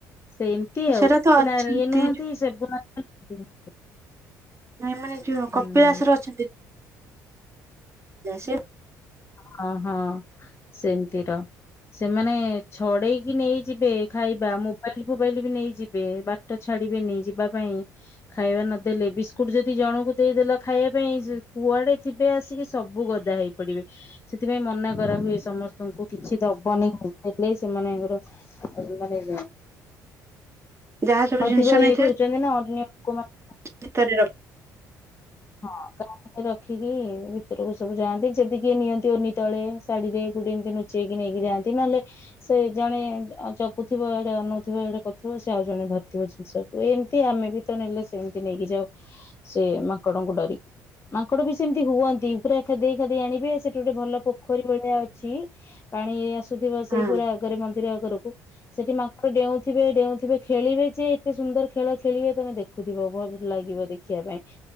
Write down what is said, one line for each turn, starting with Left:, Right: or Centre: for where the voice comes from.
Left: ସେମତି ଆଉ
Right: ସେଇଟା ତ ଅଛନ୍ତି
Left: ନା ଇଏ ନୁହନ୍ତି ସେ <unintelligible>
Right: ନାଇ ମାନେ ଯଉ
Left: ହୁଁ
Right: କପିଳାସର ଅଛନ୍ତି। ସେ <unintelligible>
Left: ହଁ ହଁ ସେମିତିର ସେମାନେ ଛଡେଇକି ନେଇ ଯିବେ। ଖାଇବା ମୋବାଇଲ ଫୋବାଇଲ ବି ନେଇଯିବେ ବାଟ ଛାଡିବେନି ଯିବା ପାଇଁ। ଖାଇବା ନଦେଲେ ବିସ୍କୁଟ୍ ଯଦି ଜଣଙ୍କୁ ଦେଇଦେଲ ଖାଇବା ପାଇଁ କୁଆଡ଼େ ଥିବେ ଆସିକି ସବୁ ଗଦା ହେଇ ପଡିବେ ସେଥିପାଇଁ ମନା କରା ହୁଏ ସମସ୍ତ ତଙ୍କୁ କିଛି ଦବନି ଦେଲେ ସେମାନଙ୍କର ମାନେ
Right: ଯାହା ସବୁ
Left: ଅଧିକ
Right: ଜିନିଷ ନେଇଥିବେ
Left: ଇଏ କରୁଛନ୍ତି ନା ଅନ୍ୟ ଲୋକମାନେ
Right: <unintelligible>
Left: ହଁ ରଖିକି ଭିତରକୁ ସବୁ ଯାଆନ୍ତି। ଯଦି କିଏ ନିଅନ୍ତି ଓନି ତଳେ ଶାଢୀରେ ଗୁଡେଇ ଏମିତି ଲୁଚେଇ ନେଇକି ଯାଆନ୍ତି। ନହେଲେ ସେ ଜଣେ ଜଗୁଥିବ ଏଇଡେ ଅନଉଥିବ ଏଇଡେ କରୁ ଥିବ ସେ ଆଉ ଜଣେ ଧରିଥିବ ଜିନିଷକୁ ଏମତି ଆମେ ବି ତ ନେଲେ ସେମିତି ନେଇକି ଯାଉ ସେ ମାଙ୍କଡଙ୍କୁ ଡରିକି। ମାଙ୍କଡ ବି ସେମିତି ହୁଅନ୍ତି ପୁରା ଖେଦେଇ ଖେଦେଇ ଆଣିବେ ସେଠି ଗୋଟେ ଭଲ ପୋଖରୀ ଭଳିଆ ଅଛି। ପାଣି ଏ ଆସୁଥିବ ସେଇ
Right: ହଁ
Left: ପୁରା ଆଗରେ ମନ୍ଦିର ଆଗରକୁ। ସେଠି ମାଙ୍କଡ ଡେଉଁଥିବେ ଡେଉଁଥିବେ ଖେଳିବେ ଯେ ଏତେ ସୁନ୍ଦର ଖେଳ ଖେଳିବେ ତମେ ଦେଖୁ ଖୁଥିବ ଭଲ ଲାଗିବ ଦେଖିବା ପାଇଁ।